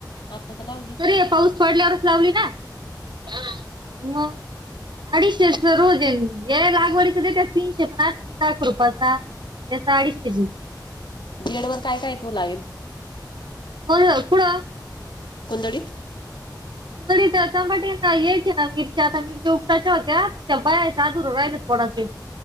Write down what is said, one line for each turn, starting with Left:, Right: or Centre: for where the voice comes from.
Left: आता तर लावली
Right: तरी हे पाऊस पडल्यावरच लावली ना हा, मग. अडीचशे रोज आहे हे लागवडीच देत्यात तीनशे पण निंदाखुरपाचा याच अडीचशेच हे.
Left: बीएड वर काय काय तू लागेल.
Right: होन कुड.
Left: कुंदडीत.
Right: तडी तमाट यायचे ना मिरच्या आता मिरच्या उघटायच्या होत्या पण त्या बयाजू राहिल थोडासे.